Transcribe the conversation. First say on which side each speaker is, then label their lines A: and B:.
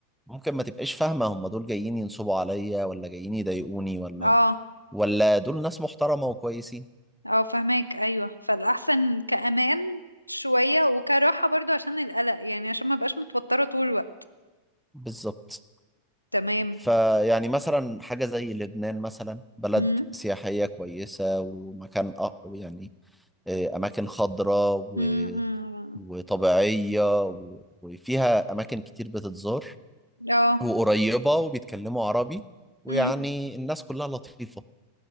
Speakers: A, in the centre; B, on the left (about 85°).
A: ممكن ما تبقاش فاهمه هما دول جايين ينصبوا عليا ولا جايين يضايقوني ولا
B: اه
A: ولا دول ناس محترمه وكويسين
B: اه فهماك ايوه فالاحسن كامان شويه وكراحه برضو عشان القلق يعني عشان ما بقاش متوتره طول الوقت
A: بالظبط
B: تمام
A: فيعني مثلا حاجة زي لبنان مثلا بلد
B: امم
A: سياحية كويسة ومكان أ- يعني آه، أماكن خضراء و-
B: امم
A: وطبيعية و- وفيها أماكن كتير بتتزار
B: اه
A: وقريبة وبيتكلموا عربي ويعني
B: امم
A: الناس كلها لطيفة